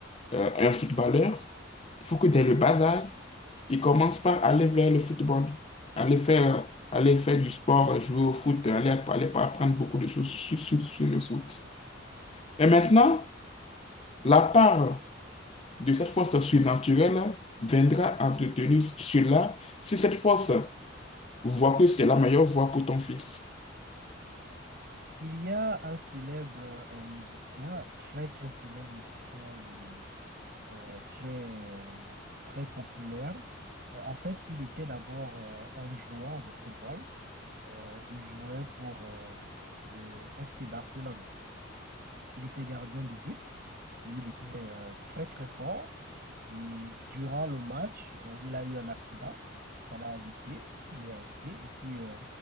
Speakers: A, on the left; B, on the right.
A: euh, un footballeur, il faut que dès le bas âge, Ils commencent par aller vers le football, aller faire, aller faire du sport, jouer au foot, aller, aller apprendre beaucoup de choses sur, sur- sur le foot. Et maintenant, la part de cette force surnaturelle viendra entretenir cela. Si cette force voit que c'est la meilleure voie pour ton fils.
B: Il y a un célèbre euh, un musicien, très très célèbre musicien et euh, très euh, très populaire. Euh, En fait, il était d'abord euh, un joueur de football. Euh, il jouait pour euh, le FC Barcelone. Il était gardien de but et il était euh, très très fort. Et durant le match, euh, il a eu un accident, ça l'a alité, il est resté et puis euh,